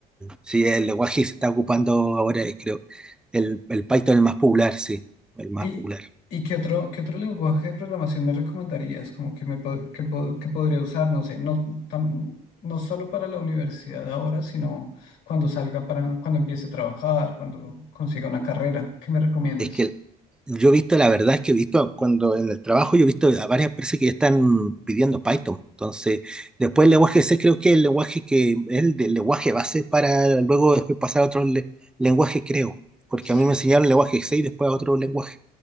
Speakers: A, in the centre; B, on the left (about 85°).
A: Sí, el lenguaje que se está ocupando ahora, eh, creo. El, el Python es el más popular, sí, el más
B: ¿Y,
A: popular.
B: y qué otro, qué otro lenguaje de programación me recomendarías? Como que, me, pod- que, pod- que podría usar, no sé, no, tam- no solo para la universidad ahora, sino cuando salga para, cuando empiece a trabajar, cuando consiga una carrera. ¿Qué me recomiendas?
A: Es que Yo he visto, la verdad es que he visto cuando en el trabajo, yo he visto a varias empresas que ya están pidiendo Python. Entonces, después el lenguaje C creo que es el lenguaje que es el, del lenguaje base para luego después pasar a otros le- lenguajes, creo. Porque
B: Sí,
A: a mí me enseñaron el lenguaje C y después a otro lenguaje.